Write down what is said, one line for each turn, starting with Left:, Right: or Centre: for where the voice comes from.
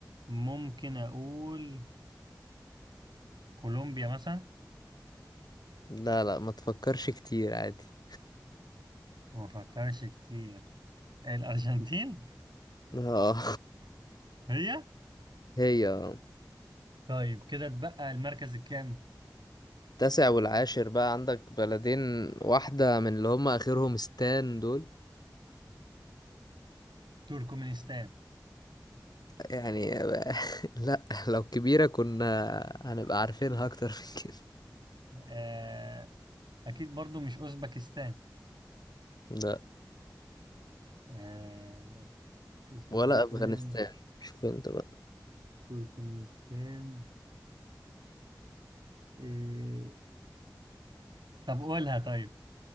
Right: ممكن أقول كولومبيا مثلا
Left: لا لا ما تفكرش كتير عادي
Right: ما فكرش كتير الأرجنتين
Left: اه
Right: هي
Left: <laughs> هي اه.
Right: طيب كده اتبقى المركز الكام
Left: التاسع والعاشر بقى عندك بلدين واحدة من اللي هما آخرهم ستان دول
Right: تركمانستان
Left: يعني <laughs> لا لو كبيرة كنا هنبقى عارفينها أكتر من كده
Right: آه أكيد برضو مش أوزبكستان
Left: لا
Right: آه أوزبكستان
Left: ولا افغانستان شوف انت بقى
Right: تركمانستان إيه. طب قولها طيب